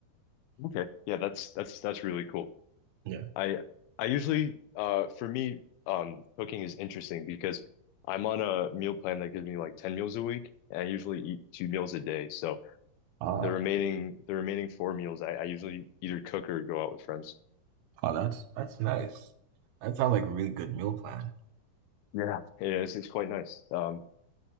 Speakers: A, on the left; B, on the right.
A: Okay. Yeah, that's that's that's really cool.
B: Yeah.
A: I I usually uh for me um cooking is interesting because I'm on a meal plan that gives me like 10 meals a week and I usually eat two meals a day. So
B: Uh,
A: the remaining the remaining four meals I, I usually either cook or go out with friends.
B: oh, that's that's nice. That sounds like a really good meal plan.
A: Yeah. Yeah, it's it's quite nice. Um